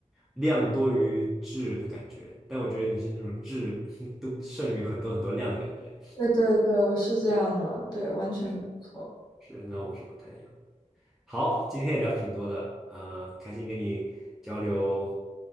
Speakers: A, in the centre; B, on the left (about 30°).
A: 量多于质的感觉，但我觉得你是那种质 <laughs> 都胜于很多很多量的感觉，
B: 对对对，我是这样的，对，完全没错。
A: 是，那我是不太一样。好，今天也聊挺多的，呃，开心跟你交流